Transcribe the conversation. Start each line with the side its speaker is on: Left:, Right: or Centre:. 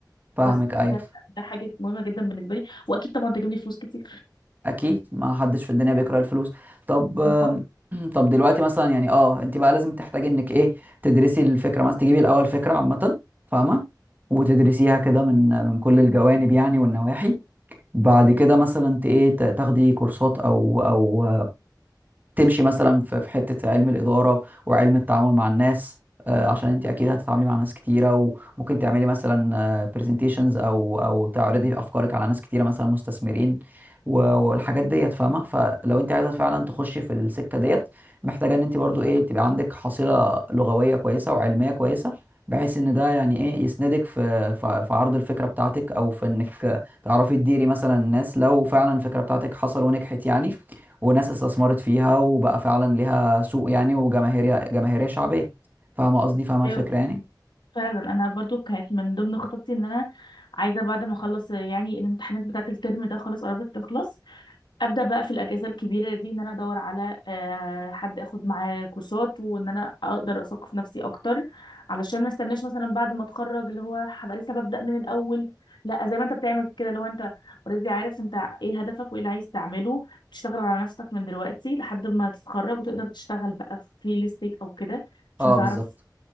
Right: فاهمك
Left: بس
Right: ايوه
Left: ده ده حاجة مهمة جدا بالنسبة لي وأكيد طبعا تجيب لي فلوس كتير
Right: اكيد ما حدش في الدنيا بيكره الفلوس طب آم،
Left: بجد
Right: <clears throat> طب دلوقتي مثلا يعني اه انت بقى لازم تحتاجي انك ايه تدرسي الفكره مثلا تجيبي الاول فكره عامه فاهمه وتدرسيها كده من من كل الجوانب يعني والنواحي بعد كده مثلا ت- ايه ت- تاخدي كورسات او او تمشي مثلا في في حته علم الاداره وعلم التعامل مع الناس آه، عشان انت اكيد هتتعاملي مع ناس كتيره وممكن تعملي مثلا برزنتيشنز او او تعرضي افكارك على ناس كتيره مثلا مستثمرين و- والحاجات ديت فاهمه فلو انت عايزه فعلا تخشي في السكه ديت محتاجه ان انت برضو ايه تبقى عندك حصيله لغويه كويسه وعلميه كويسه بحيث ان ده يعني ايه يسندك في في في عرض الفكره بتاعتك او في انك تعرفي تديري مثلا الناس لو فعلا الفكره بتاعتك حصل ونجحت يعني وناس استثمرت فيها وبقى فعلا ليها سوق يعني وجماهيرية جماهيرية شعبية فاهمة قصدي فاهمة الفكرة
Left: ايوه
Right: يعني
Left: فعلا انا برضو كانت من ضمن خططي ان انا عايزه بعد ما اخلص يعني الامتحانات بتاعه الترم ده خلاص قربت تخلص ابدا بقى في الاجازه الكبيره دي ان انا ادور على آه، حد اخد معاه كورسات وان انا اقدر اثقف نفسي اكتر علشان ما استناش مثلا بعد ما اتخرج اللي هو هبقى لسه ببدا من الاول لا زي ما انت بتعمل كده اللي هو انت اوريدي عارف انت ايه هدفك وايه اللي عايز تعمله تشتغل على نفسك من دلوقتي لحد ما تتخرج وتقدر تشتغل بقى في ريل استيت او كده عشان
Right: اه
Left: تعرف
Right: بالظبط